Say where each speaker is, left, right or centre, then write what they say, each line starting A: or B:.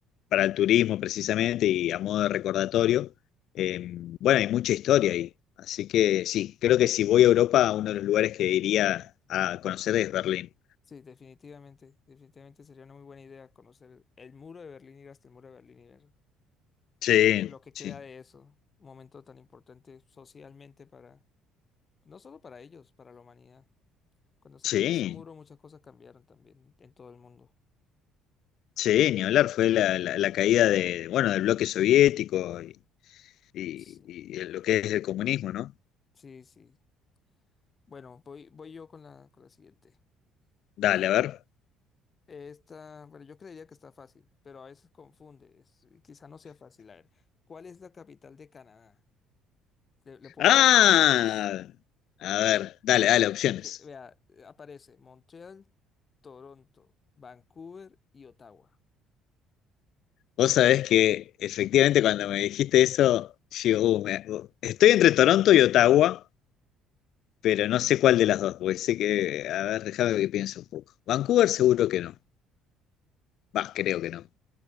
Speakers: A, on the left; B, on the left.
A: para el turismo precisamente y a modo de recordatorio, eh, bueno, hay mucha historia ahí. Así que sí, creo que si voy a Europa, uno de los lugares que iría a conocer es Berlín.
B: Sí, definitivamente, definitivamente sería una muy buena idea conocer el muro de Berlín, ir hasta el muro de Berlín y ver
A: Sí,
B: ver co- lo que
A: sí,
B: queda de eso, un momento tan importante socialmente para, no solo para ellos, para la humanidad. Cuando se
A: sí,
B: cayó ese muro, muchas cosas cambiaron también en todo el mundo.
A: sí, ni hablar, fue la, la- la caída de, bueno, del bloque soviético y, y-
B: Sí,
A: y lo que es el comunismo, ¿no?
B: sí, sí. Bueno, voy, voy yo con la, con la siguiente.
A: Dale,
B: Eh,
A: a ver.
B: esta, bueno, yo creería que está fácil, pero a veces confunde. es- quizá no sea fácil. A ver, ¿cuál es la capital de Canadá? Le, le puedo
A: Ah,
B: dar opciones.
A: a ver, dale, dale, opciones.
B: Porque, vea, eh, aparece Montreal, Toronto, Vancouver y Ottawa.
A: Vos sabés que efectivamente cuando me dijiste eso, yo uh, me- uh, estoy entre Toronto y Ottawa, pero no sé cuál de las dos, porque sé que, a ver, déjame que piense un poco. Vancouver seguro que no, va, creo que no.